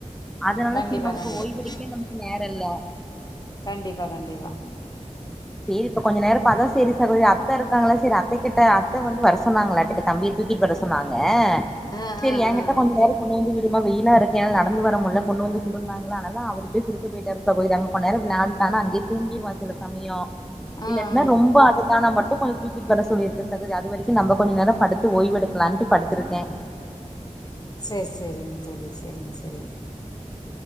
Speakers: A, in the centre; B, on the left.
A: அதனால
B: கண்டிப்பா
A: சி நமக்கு
B: கண்டிப்பா
A: ஓய்வெடுக்கே நமக்கு நே மில்ல
B: கண்டிப்பா கண்டிப்பா
A: சேரி இப்ப கொஞ்ச நேர பாதா சேரி சகோதரி அத்த இருக்காங்ள செரி அத்தகிட்ட அத்த வந்து வர சொன்னாங்களாட்டுக்கு தம்பிய தூக்கிட் வர சொன்னாங் அ
B: ஆ
A: சேரி
B: ஆ
A: என்கிட்ட
B: ஆ
A: கொஞ்ச நேரோ கொண்டு வந்து விட் சும்மா வெயிலா இருக்கென்னால நடந்து வர முட்ல கொண்டொந்து கொடுன்னாங்கலா அனால அவரு போய் குடுக்க போயிட்டாரு சகோதரி அங்க கொன் நேரோ விளாண்ட்டானா அங்கே தூங்கிருவா சில சமயோ
B: ஆ
A: இல்லட்னா
B: ம்
A: ரொம்ப அழுதானா மட் ட்டு கொஞ்சொ தூக்கிட் வர சொல்லீருகே சகோதரி அது வரைக்கு நம்ப கொஞ்ச நேரோ படுத்து ஓய்வெடுக்கலான்ட்டு படுத்திருக்கே
B: சேர் சேரிங்க தோழி செரிங் செரிங்